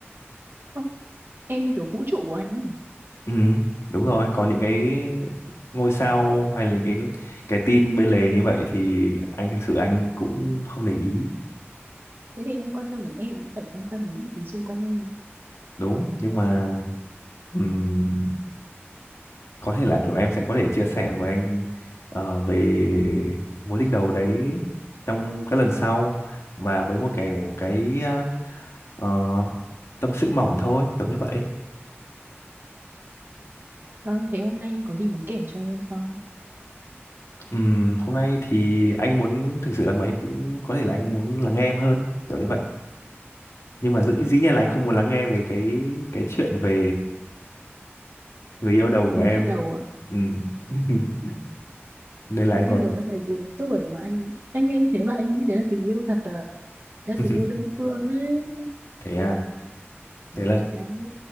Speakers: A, on the right (about 50°); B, on the left (about 85°).
A: Ơ, em như kiểu vũ trụ của anh ấy.
B: Ừ, đúng rồi, còn những cái ngôi sao hay là những cái cái tin bên lề như vậy thì anh thực sự anh cũng không để ý.
A: thế thì anh quan tâm đến em cũng phải quan tâm đến những thứ xung quanh em chứ.
B: Đúng, nhưng mà ừm, có thể là kiểu em sẽ có thể chia sẻ với anh ờ, về mối tình đầu đấy trong các lần sau và với một kiểu cái ờ, ờ, tâm sự mỏng thôi, kiểu như vậy.
A: vâng thế hôm nay anh có gì muốn kể cho em không
B: Ừm, hôm nay thì anh muốn thực sự là mấy cũng có thể là anh muốn lắng nghe em hơn kiểu như vậy nhưng mà dĩ, dĩ nhiên là anh không muốn lắng nghe về cái cái chuyện về người yêu đầu của
A: mối
B: em
A: tình đầu à
B: Ừm. <laughs> nên là
A: mối
B: em
A: tình
B: còn
A: đầu năm 14 tuổi mà anh anh nghe như thế mà anh nghĩ đấy là tình yêu thật à đấy là
B: <laughs>
A: tình yêu đơn phương ấy
B: thế à thế là
A: rồi đang